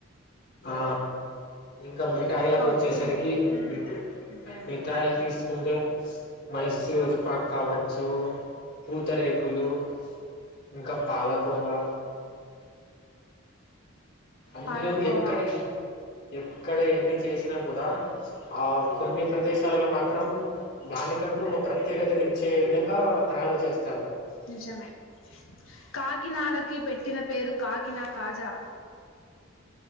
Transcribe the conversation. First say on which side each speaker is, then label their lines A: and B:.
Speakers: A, on the left (about 55°); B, on the left (about 85°).
A: ఆ ఇంకా మిఠాయిలకు
B: పప్పు
A: వచ్చేసరికీ
B: మ్మ్
A: మిఠ్
B: మ్మ్
A: మిఠాయిలు తీసుకుంటే మైసూరు పాక్కావచ్చూ, పూతరేకులూ ఇంకా పాలకోవా అందులో
B: పాలకోవా
A: ఎక్కడ ఏ ఎక్కడా ఎన్ని చేశినా కూడా, ఆ కొన్ని ప్రదేశాలలో మాత్రం దాని కంటూ ఒక ప్రత్యేకతని ఇచ్చే విధంగా తయారు చేస్త్
B: నిజమే కాకినాడకి పెట్టిన పేరు కాకినా <inaudible> కాజా.